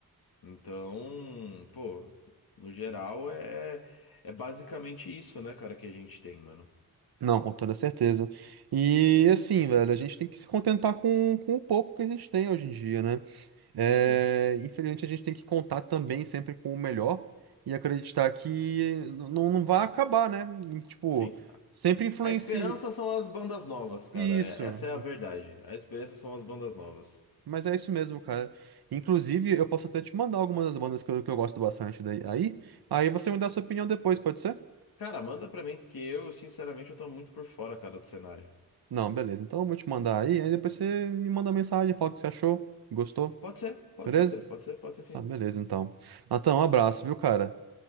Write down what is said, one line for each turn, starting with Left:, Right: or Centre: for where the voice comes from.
Left: Então, pô, no geral é, é basicamente isso, né, cara, que a gente tem, mano.
Right: não, com toda certeza. E assim, velho, a gente tem que se contentar com, com o pouco que a gente tem hoje em dia, né? É,
Left: Uhum.
Right: infelizmente a gente tem que contar também sempre com o melhor e acreditar que n- não, não vai acabar, né? E, tipo,
Left: Sim.
Right: sempre influencia
Left: A esperança são as bandas novas, cara.
Right: isso.
Left: É- essa é a verdade. A esperança são as bandas novas.
Right: Mas é isso mesmo, cara. Inclusive, eu posso até te mandar algumas das bandas que eu, que eu gosto bastante daí. Aí, aí você me dá a sua opinião depois, pode ser?
Left: Cara, manda pra mim, porque eu, sinceramente, eu tô muito por fora, cara, do cenário.
Right: Não, beleza. Então eu vou te mandar aí, aí depois você me manda mensagem, fala o que você achou, gostou,
Left: Pode ser, pode
Right: beleza?
Left: ser, Pedro, pode ser, pode ser sim.
Right: Ah, beleza, então. Natan, um abraço, viu, cara?